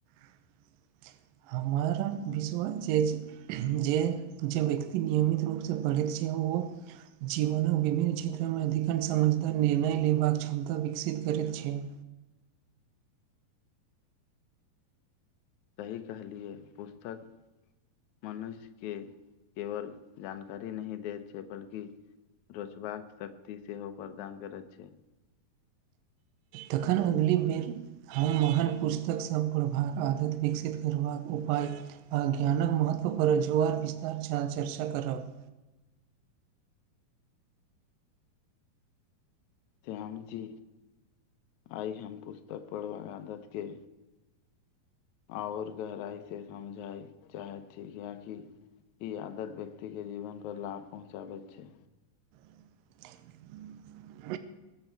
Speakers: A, on the right (about 75°); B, on the left (about 85°).
A: <inaudible> हमरा विश्व जे जे जे व्यक्ति नियमित रूपसँ पढ़ैत छै ओ जीवन विभिन्न क्षेत्रमे अधिकांश समझदार निर्णय लेबाक क्षमता विकसित करैत छै ह
B: सही कहलियए पुस्तक मनुष्य के केवल जानकारी नहि दैत छै बल्कि रोचबाक शक्ति से हो प्रदान करैत छै
A: तखन अगली बेर हम महान पुस्तकसभ पढ़बाक आदत विकसित करबाक उपाय आ ज्ञानके महत्वपर जुआर विस्तार छ चर्चा करब
B: श्याम जी आइ हम पुस्तक पढ़ब अगादत के आओर गहराइसँ समझाय चाहैत छी कि ई आदत व्यक्तिके जीवन पर लाभ पहुँचाबैत छै
A: <inaudible>